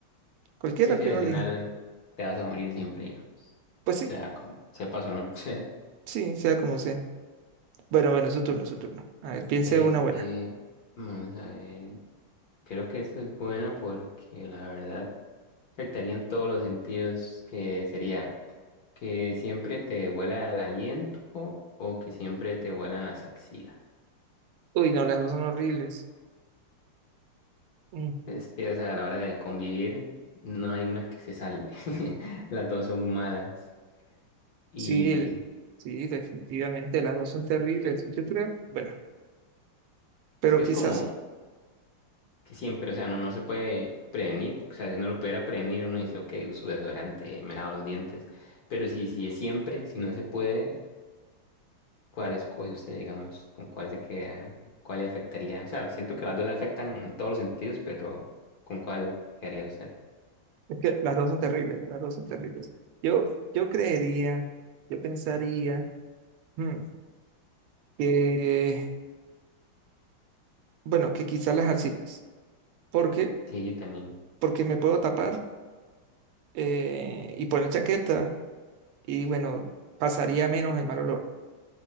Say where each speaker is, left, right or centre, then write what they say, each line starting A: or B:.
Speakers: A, on the right; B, on the left.
A: cualquiera
B: sí, sí,
A: que
B: al
A: no
B: final
A: elija.
B: te vas a morir siempre, o
A: Pues sí,
B: sea, como sepas o no. <laughs>
A: sí, sea como sea. Bueno, bueno, su turno, su turno. A ver, piense
B: Eh,
A: una buena.
B: eh, vamos a ver, creo que eso es bueno porque la verdad afectaría en todos los sentidos que sería que siempre te huela el aliento o que siempre te huelan las axilas.
A: Uy, no, las dos son horribles. Mm,
B: Es que, o sea, a la hora de convivir, no hay una que se salve. <laughs> Las dos son malas. Y
A: sí, sí, definitivamente, las dos son terribles. Yo creo, bueno, pero
B: es que
A: quizás,
B: es como que siempre, o sea, no, no se puede prevenir. O sea, si uno lo pudiera prevenir, uno dice, ok, uso desodorante, me lavo los dientes. Pero si, si es siempre, si no se puede, ¿cuál escoge usted, digamos? ¿Con cuál se queda? ¿Cuál le afectaría? O sea, siento que las dos le afectan en todos los sentidos, pero ¿con cuál se quedaría usted?
A: es que las dos son terribles, las dos son terribles. Yo, yo creería, yo pensaría mm, que, bueno, que quizás las axilas. ¿Por qué?
B: Sí, yo también.
A: Porque me puedo tapar eh, y poner chaqueta y, bueno, pasaría menos el mal olor,